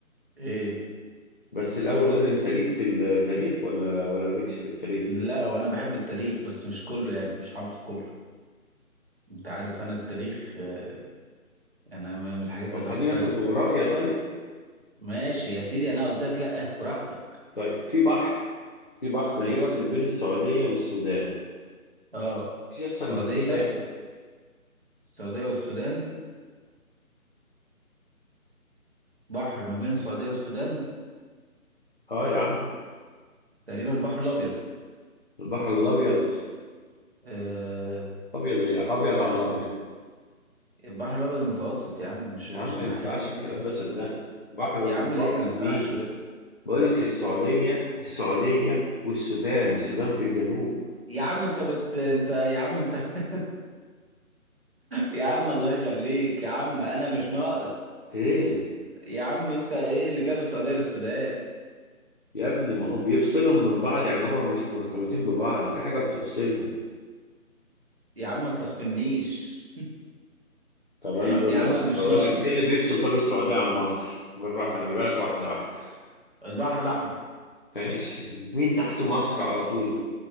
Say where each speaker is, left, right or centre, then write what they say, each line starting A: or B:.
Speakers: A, on the right (about 40°); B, on the left (about 35°).
A: إيه
B: بس الأول قول لي أنت ليك في التاريخ ولا ولا مالكش في التاريخ
A: لا وانا بحب التاريخ بس مش كله يعني مش حافظ كله انت عارف انا التاريخ آه، يعني انا من الحاجات اللي
B: طب
A: بحبها
B: خلينا في الجغرافيا طيب
A: ماشي يا سيدي انا قلت لك لا براحتك
B: طيب في بحر في بحر
A: ايوه
B: بيفصل بين السعودية والسودان
A: اه
B: مفيش أسهل
A: السعوديه
B: من كده يعني
A: السعوديه والسودان بحر ما بين السعوديه والسودان
B: اه يا عم
A: تقريبا البحر الابيض
B: البحر الابيض
A: آه...
B: ابيض يا ابيض على
A: ايوه
B: الابيض
A: البحر الابيض المتوسط يا عم مش
B: يا عم
A: مش
B: ما
A: الناحيه
B: ينفعش
A: دي ده
B: الكلام ده صدقني بحر
A: يا
B: المتوسط
A: عم ليه ما ينفعش
B: مين
A: بس
B: بقول لك السعوديه السعوديه والسودان السودان في الجنوب
A: يا عم انت بت انت يا عم انت <laughs> يا عم الله يخليك يا عم انا مش ناقص
B: ايه
A: يا عم انت ايه اللي جاب السعوديه للسودان
B: يا ابني ما هو بيفصلهم من بعض يعني هما مش مرتبطين ببعض في حاجه بتفصلهم
A: يا عم ما تلخفنيش
B: طب
A: <laughs>
B: انا اقول
A: يا عم
B: لك
A: أنا مش
B: اقول
A: ناقص
B: لك ايه اللي بيفصل طب السعوديه عن مصر بالراحه انا اجيبها لك واحده واحده
A: البحر الاحمر
B: ماشي مين تحت مصر على طول